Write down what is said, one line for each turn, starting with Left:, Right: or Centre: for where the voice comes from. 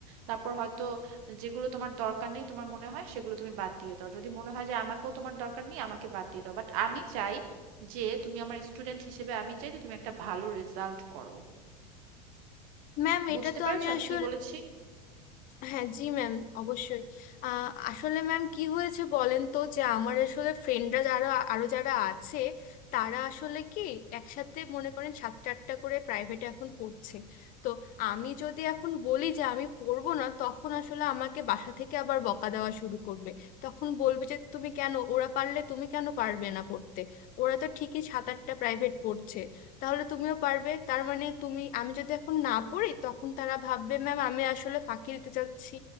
Right: তারপর হয়তো যেগুলো তোমার দরকার নেই তোমার মনে হয় সেগুলো তুমি বাদ দিয়ে দাও যদি মনে হয় যে আমাকেও তোমার দরকার নেই আমাকে বাদ দিয়ে দাও বাট আমি চাই যে তুমি আমার স্টুডেন্ট হিসেবে আমি চাই যে তুমি একটা ভালো রেজাল্ট করো
Left: ম্যাম
Right: বুঝতে
Left: এটা তো
Right: পেরেছো
Left: আমি
Right: আমি
Left: আসলে
Right: কি বলেছি
Left: হ্যাঁ জি ম্যাম অবশ্যই আহ, আসলে ম্যাম কি হয়েছে বলেন তো যে আমার আসলে ফ্রেন্ডরা যারা আরো যারা আছে তারা আসলে কি একসাথে মনে করেন সাতটা আটটা করে প্রাইভেটে এখন পড়ছে তো আমি যদি এখন বলি যে আমি পড়বো না তখন আসলে আমাকে বাসা থেকে আবার বকা দেওয়া শুরু করবে তখন বলবে যে তুমি কেন ওরা পারলে তুমি কেন পারবে না পড়তে ওরা তো ঠিকই সাত আটটা প্রাইভেট পড়ছে তাহলে তুমিও পারবে তার মানে তুমি আমি যদি এখন না পড়ি তখন তারা ভাববে ম্যাম আমি আসলে ফাঁকি দিতে চাচ্ছি